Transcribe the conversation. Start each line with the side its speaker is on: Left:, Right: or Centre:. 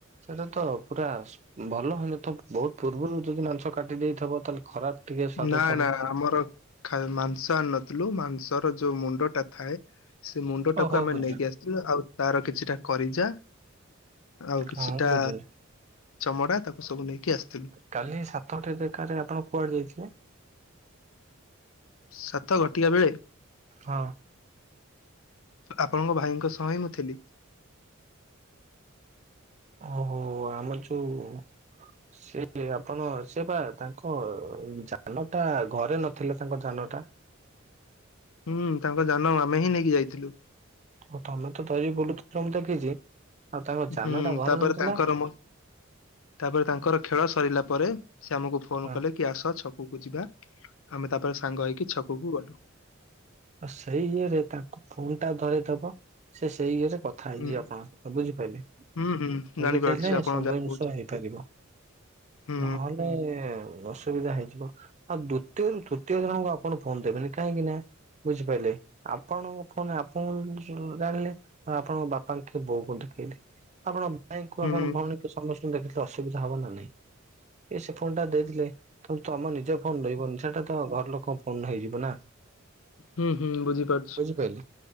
Right: ସେଇଟା ତ ପୁରା ଭଲ ହୋଉନଥିବ ତ ବହୁତ ପୂର୍ବରୁ ଯଦି ମାଂସ କାଟି ଦେଇଥିବ ତାହେଲେ ଖରାପ ଟିକେ ସ୍ଵାଦ
Left: ନା
Right: ଥବ
Left: ନା ଆମର ଖାଇ ମାଂସ ଆଣି ନଥିଲୁ ମାଂସର ଯୋଉ ମୁଣ୍ଡ ଟା ଥାଏ ସେ ମୁଣ୍ଡ ଟାକୁ
Right: ଓହୋ
Left: ଆମେ
Right: ବୁଝିଲି
Left: ନେଇକି ଆସିଥିଲୁ ଆଉ ତାର କିଛିଟା କରିଯା ଆଉ କିଛିଟା
Right: ହଁ ବୁଝିଲି
Left: ଚମଡ଼ା ତାକୁ ସବୁ ନେଇକି ଆସିଥିଲୁ।
Right: କାଲି ସାତଟି ବେକାରେ ଆପଣ କୁଆଡେ ଯାଇଥିଲେ?
Left: ସାତ ଘଟିବା ବେଳେ।
Right: ହଁ।
Left: ଆପଣଙ୍କ ଭାଇଙ୍କ ସହ ହିଁ ମୁଁ ଥିଲି।
Right: ଓହୋ ଆମର ଯୋଉ ସେ ଆପଣ ସେ ବା ତାଙ୍କ ଯାନ ଟା ଘରେ ନଥିଲେ ତାଙ୍କ ଯାନ ଟା।
Left: ହୁଁ ତାଙ୍କ ଯାନ ଆମେ ହିଁ ନେଇକି ଯାଇଥିଲୁ।
Right: ଓ ତମେ ତ ଧରିକି ବୁଲୁଥିଲ ମୁଁ ଦେଖିଛି। ଆଉ ତାଙ୍କ ଯାନ
Left: ହୁଁ
Right: ଟା ଘରେ
Left: ତାପରେ
Right: ନଥିଲା
Left: ତାଙ୍କର ତାପରେ ତାଙ୍କର ଖେଳ ସରିଲା ପରେ ସେ ଆମକୁ ଫୋନ
Right: ହଁ
Left: କଲେ କି ଆସ ଛକକୁ ଯିବା ଆମେ ତାପରେ ସାଙ୍ଗ ହେଇକି ଛକ ହବୁ ବାଠୁ
Right: ଆ ସେଇ ଇଏରେ ତାକୁ ଫୋନ୍ ଟା ଧରିଦବ ସେ ସେଇ ଇଏରେ କଥା ହେଇ
Left: ହୁଁ
Right: ଯିବେ ଆପଣଙ୍କ ସହିତ ବୁଝିପାରିଲେ?
Left: ହୁଁ ହୁଁ ଜାଣିପାରୁଛି
Right: ଏମିତି ହେଲେ
Left: ଆପଣ
Right: ସବୁ
Left: ଯାହା
Right: ଜିନିଷ
Left: କହୁଛ
Right: ହେଇପାରିବ।
Left: ହୁଁ
Right: ନହେଲେ ଅସୁବିଧା ହେଇଯିବ ଆଉ ଦ୍ଵିତୀୟରୁ ତୃ ତୀୟ ଜଣଙ୍କୁ ଆପଣ ଫୋନ ଦେବେନି କାହିଁକି ନାଁ ବୁଝିପାରିଲେ ଆପଣଙ୍କ ଫୋନ ଆପଣଙ୍କୁ ଜାଣିଲେ ଆପଣଙ୍କ ବାପା କି ବୋଉ କୁ ଦେଖେଇଲେ। ଆପଣ କାଇଁ କ
Left: ହୁଁ
Right: ଆପଣ ଭଉଣୀକୁ ସମସ୍ତଙ୍କୁ ଦେଖିଥିଲେ ଅସୁବିଧା ହବ ନା ନାଇଁ ଏ ସେ ଫୋନ୍ ଟା ଦେଇଥିଲେ ତ ତମ ଆମର ନିଜ ଫୋନ ରହିବନି ସେଟା ତ ଘର ଲୋକ ଫୋନ ହେଇଯିବ ନା।
Left: ହୁଁ ହୁଁ ବୁଝିପାରୁଛୁ।
Right: ବୁଝିପାରିଲେ